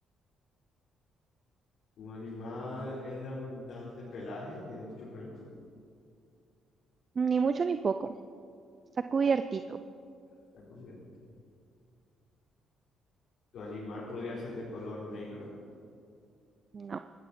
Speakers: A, on the left; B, on the right.
A: ¿Tu animal es de abundante pelaje? ¿Tiene mucho pelo?
B: Ni mucho ni poco. Está cubiertito.
A: Está cubierto. ¿Tu animal podría ser de color negro
B: No,